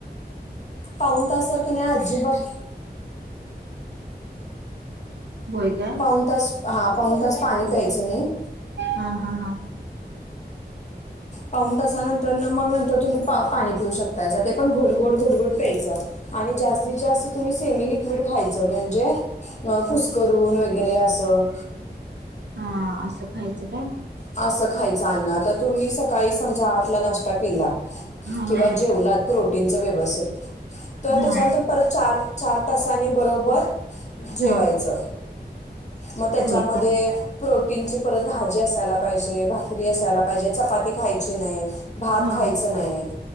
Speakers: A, on the left; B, on the right.
A: पाऊण तास सर क नाही अजी बात
B: होय काय
A: पाऊन तास, हा पाऊन तास पाणी प्यायचं नाही.
B: हा हा हा.
A: पाऊन तासानंतर न मग नंतर तुम्ही पा पाणी पिऊ शकतायसा ते पण घोट -घोट घोट -घोट प्यायचं. आणि जास्तीत जास्त तुम्ही सेमी लिक्विड खायचं म्हणजे अ कुसकरून वगैरे असं
B: हा असं खायचं काय?
A: असं खायचं. अ्ना आता तुम्ही सकाळी समजा आठ ला नाश्ता केला?
B: हा
A: किंवा
B: हा
A: जेवलात प्रोटीनचं व्यवस्थित तर
B: हा
A: त्याच्यानंतर परत चार चार तासानी बरोबर जेवायचं.
B: हा
A: म त्येच्यामध्ये
B: होय का
A: प्रोटीनची परत भाजी असायला पाहिजे. भाकरी असायला पाहिजे. चपाती खायची नाही. भात
B: हा
A: खायचं नाही